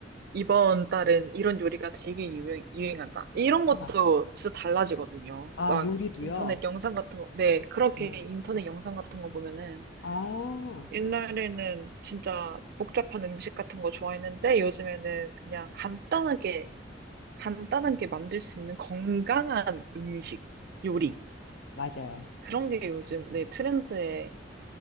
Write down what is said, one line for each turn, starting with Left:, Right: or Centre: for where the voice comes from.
Right: 이번 달은 이런 요리가 되게 유행, 유행한다. 이런 것도
Left: 아,
Right: 진짜 달라지거든요.
Left: 아,
Right: 막
Left: 요리도요?
Right: 인터넷 영상 같은 거, 네, 그렇게
Left: 네.
Right: 인터넷 영상 같은 거 보면은
Left: 아,
Right: 옛날에는 진짜 복잡한 음식 같은 거 좋아했는데 요즘에는 그냥 간단하게, 간단하게 만들 수 있는 건강한 음식, 요리.
Left: 맞아요.
Right: 그런 게 요즘, 네, 트렌드에,